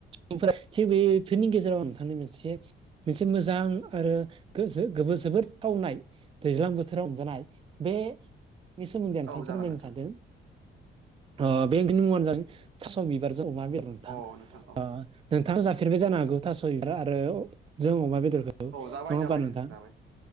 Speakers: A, on the right; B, on the right.
A: आमफ्राय बेफोरनि गेजेर जेराव नोंथांनि मोनसे मोनसे मोजां आरो गो जोबोद थावनाय दैैज्लां बोथोराव मोनजानाय बेनि सोमोन्दै नोंथांनो
B: औ जागोन
A: फोरमायनो
B: नोंथां
A: सानदों ओ बे ओंनि मुङानो जादों थास' बिबारजों अमा बेदर नोंथां
B: अ औ
A: नोंथाङा जाफेरबाय जानो हागौ थास' बिबार आरो जों अमा बेदरखौ औ
B: जाबाय
A: नङा होमबा
B: जाबाय
A: नोंथां!
B: जाबाय